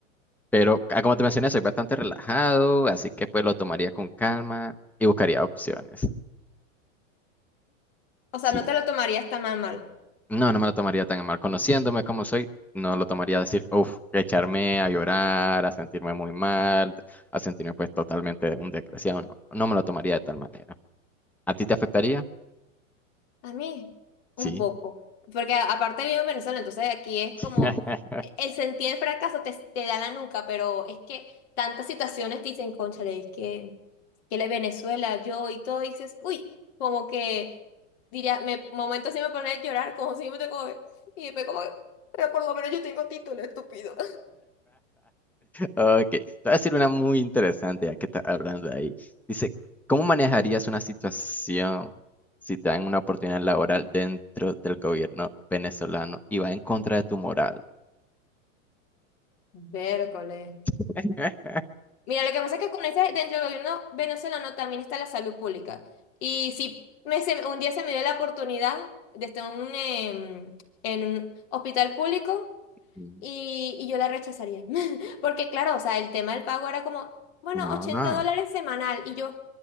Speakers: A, in the centre; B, on the left.
A: Pero ah, como te mencioné, soy bastante relajado, así que pues lo tomaría con calma y buscaría opciones.
B: O sea,
A: Sí,
B: no te lo tomarías tan mal mal.
A: no, no me lo tomaría tan a mal. Conociéndome como soy, no lo tomaría a decir, uff, echarme a llorar, a sentirme muy mal, a sentirme pues totalmente un desgraciado. No, no me lo tomaría de tal manera. ¿A ti te afectaría?
B: A mí, un
A: Sí.
B: poco. Porque a- aparte vivo en Venezuela, entonces aquí es como
A: <laughs>
B: el sentir el fracaso te, te da la nuca, pero es que tantas situaciones te dicen, cónchale, es que, que la Venezuela, yo y todo, y dices, uy, como que diría, me momentos sí me ponía a llorar, como si yo me tengo. Y después como, pero por lo menos yo tengo título, estúpido.
A: Ok, te voy a decir una muy interesante ya que estás hablando ahí. Dice, ¿cómo manejarías una situación si te dan una oportunidad laboral dentro del gobierno venezolano y va en contra de tu moral?
B: <laughs> Vércoles.
A: <laughs>
B: Mira, lo que pasa es que con ese, dentro del gobierno venezolano también está la salud pública. Y si me, se- un día se me dio la oportunidad de estar en un, em, en un hospital público
A: Mm,
B: y, y yo la rechazaría. <laughs> Porque claro, o sea, el tema del pago era como, bueno,
A: No,
B: 80
A: no,
B: dólares semanal. Y yo,